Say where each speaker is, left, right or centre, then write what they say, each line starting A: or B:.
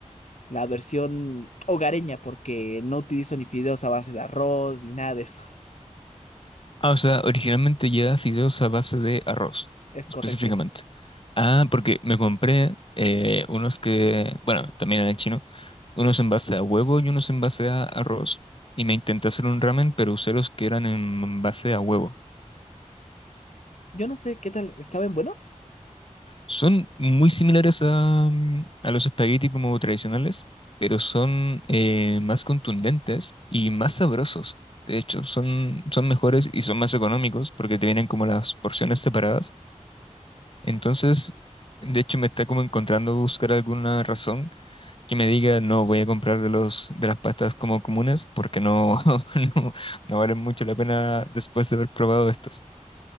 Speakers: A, on the left; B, on the left.
A: La versión hogareña, porque no utilizo ni fideos a base de arroz ni nada de eso. <laughs>
B: Ah, o sea, originalmente lleva fideos a base de arroz,
A: Es
B: específicamente.
A: correcto.
B: Ah, porque me compré eh, unos que, bueno, también eran chino, unos en base a huevo y unos en base a arroz. Y me intenté hacer un ramen, pero usé los que eran en base a huevo.
A: Yo no sé qué tal, ¿saben buenos?
B: Son muy similares a, mm, a los espaguetis como tradicionales, pero son eh, más contundentes y más sabrosos. De hecho, son, son mejores y son más económicos porque te vienen como las porciones separadas. Entonces, de hecho, me está como encontrando buscar alguna razón que me diga, no, voy a comprar de los, de las pastas como comunes porque no, <laughs> no, no valen mucho la pena después de haber probado estas.